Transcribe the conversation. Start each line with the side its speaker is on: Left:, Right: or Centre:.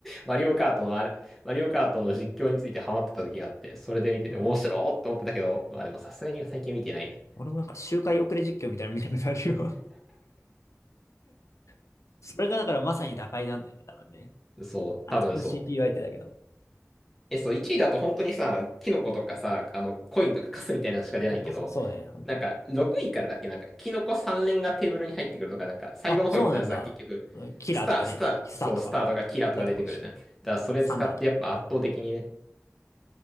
Centre: マリオカートのあれ、マリオカートの実況についてハマってた時があって、それで見てて面白ーって思ってたけど、
Left: うん
Centre: まあでもさすがに最近見てないね。
Left: 俺もなんか周回遅れ実況みたいなの見たことあるよ <laughs> それがだからまさに打開なんだよね、多分ね。
Centre: そう、
Left: あれ多分
Centre: 多分そう。
Left: CPU 相手だけど。
Centre: え、そう、1位だと本当にさ、キノコとかさ、あの、コインとかカスみたいなのしか出ないけど、
Left: なんかそそうね、本当に。
Centre: なんか、6位からだっけなんか、キノコ3連がテーブルに入ってくるとか、なんか、最後の方行ったらさ、
Left: あ、そうなんだ。
Centre: 結局、
Left: うんキラーとかね、
Centre: スター、スター、
Left: スターとか、
Centre: そう、スターとかキラーとか出てくるじゃん。
Left: だったかもしれない。
Centre: だから、それ使ってやっぱ圧倒的にね、
Left: サンダーとか。